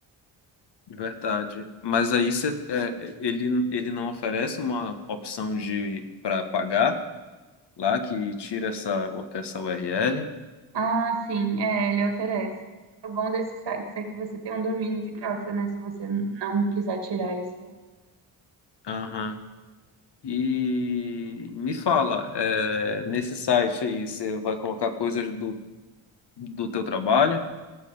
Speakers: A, on the left; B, on the right.
A: Verdade. Mas aí você, é, ele, ele não oferece uma opção de para pagar lá que tira essa, essa URL.
B: Ah, sim, é, ele oferece. O bom desses sites é que você tem um domínio de graça, né? Se você não quiser tirar isso.
A: Aham. E me fala, é, nesse site aí você vai colocar coisas do, do teu trabalho?